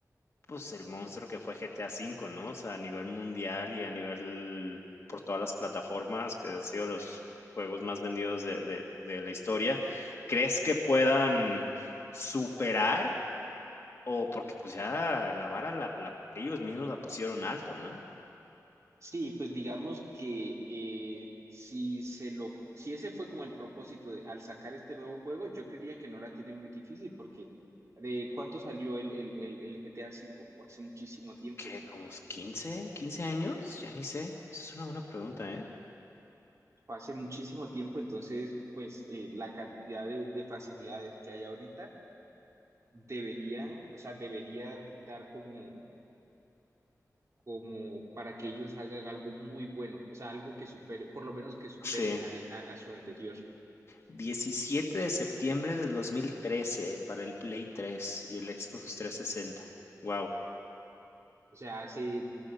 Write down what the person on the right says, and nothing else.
Sí, pues digamos que eh, si se lo, si ese fue como el propósito de al sacar este nuevo juego, yo creería que no la tiene muy difícil porque ¿de cuándo salió el, el, el, el GTA cinco Fue hace muchísimo tiempo,
fue hace muchísimo tiempo, entonces pues eh, la cantidad de, de facilidades que hay ahorita deberían, o sea, debería dar como, como para que ellos hagan algo muy bueno, o sea, algo que supere, por lo menos que supere
al- a, a su anterior,
o sea, hace